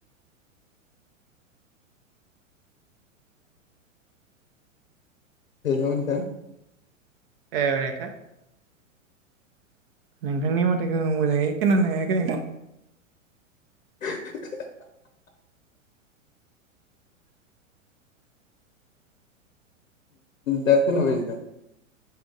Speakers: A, on the left (about 75°); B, on the right (about 45°).
A: हेलौ नोंथां।
B: ए नोंथां। नोंथांनि माथोखौ मोजाङै खोनानो हायाखै नोंथां।
A: <unintelligible> दा‌ खोनाबाय नोंथां।